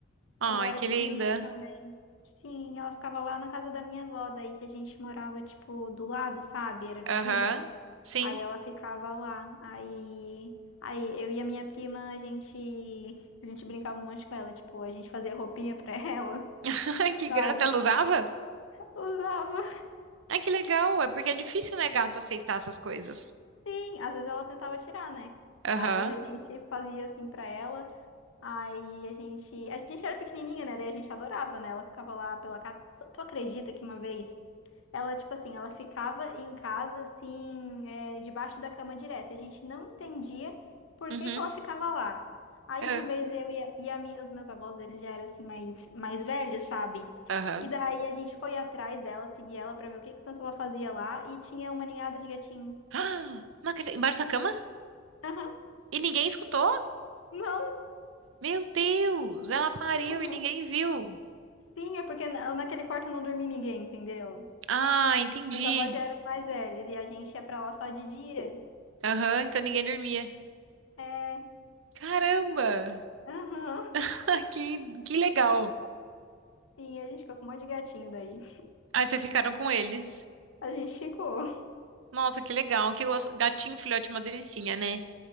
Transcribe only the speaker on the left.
Quando eu era
pequenininha
também. Sim, ela ficava lá na casa da minha avó, daí que a gente morava, tipo, do lado, sabe? Era vizinho.
Aí ela ficava lá. Aí, aí eu e a minha prima, a gente, a gente brincava um monte com ela, tipo, a gente fazia roupinha pra <laughs> ela,
sabe?
Usava.
Sim, às vezes ela tentava tirar, né? Mas
a gente fazia assim pra ela. Aí a gente, a gente era pequenininha, né? Daí a gente adorava, né? Ela ficava lá pela casa. Tu acredita que uma vez Ela, tipo assim, ela ficava em casa, assim, é, debaixo da cama direto. E A gente não entendia por
que que ela ficava lá. Aí
uma vez eu e, a, e a minha- os meus avós, eles já eram, assim, mais, mais velhos, sabe?
E daí
a gente foi atrás dela, seguir ela pra ver o que que tanto ela fazia lá. E tinha uma ninhada de gatinho.
<laughs> Aham.
Não.
Aham.
Sim, é porque na- naquele quarto não dormia ninguém, entendeu?
Meus avós já eram mais velhos e a gente ia pra lá só de dia.
É.
Aham.
Sim, a gente ficou com um monte de gatinho daí.
A gente chegou.